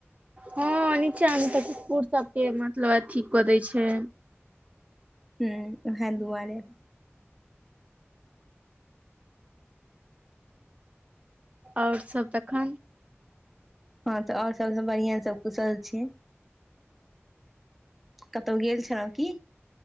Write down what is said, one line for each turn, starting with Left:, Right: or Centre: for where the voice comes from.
Right: हँ नीचा में तऽ कुकुर सबके मतलब अथी कऽ दै छै।
Centre: हूं ओहै दुआरे।
Right: और सब तखन।
Centre: हँ तऽ और सभसँ बढ़िआँ सभ कुशल छै। कतहु गेल छलहुँ की?